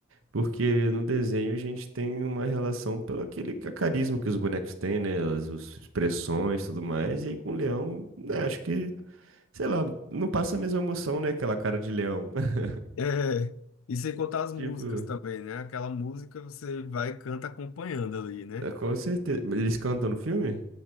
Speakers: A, on the right (about 85°); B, on the left (about 80°).
A: Porque no desenho a gente tem uma relação pelo aquele ca- carisma que os bonecos têm, né? As, as expressões e tudo mais. E aí com o leão, né, acho que, sei lá, não passa a mesma emoção, né? Aquela cara de leão. <laughs>
B: É, e sem contar as músicas
A: Tipo,
B: também, né? Aquela música você vai e canta acompanhando ali, né?
A: é, com certeza. Mas Eles cantam no filme?